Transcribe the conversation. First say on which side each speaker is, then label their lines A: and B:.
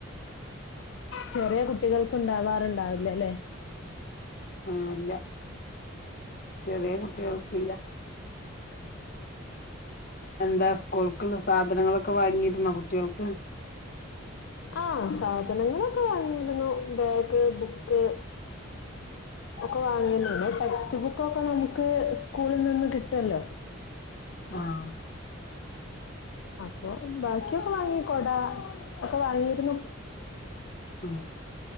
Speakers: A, on the left; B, on the left.
A: ചെറിയ കുട്ടികൾക്ക് ഇണ്ടാവാറുണ്ടാവില്ലല്ലെ.
B: ആഹ് ഇല്ല ചെറിയ കുട്ടികൾക്കില്ല. എന്താ സ്കൂൾക്കുള്ള സാധനങ്ങളൊക്കെ വാങ്ങിയിരുന്നോ കുട്ടികൾക്ക്?
A: ആഹ് സാ സാധനങ്ങളൊക്കെ വാങ്ങിയിരുന്നു. Bag book.
B: <unintelligible>
A: ഒക്കെ വാങ്ങുന്നേ ടെക്സ്റ്റ് ബുക്കൊക്കെ നമുക്ക് സ്കൂളിൽ നിന്ന് കിട്ടുല്ലോ.
B: ആഹ.
A: അപ്പൊ ബാക്കിയൊക്കെ വാങ്ങി. കൊട ഒക്കെ വാങ്ങിരുന്നു.
B: ഉ.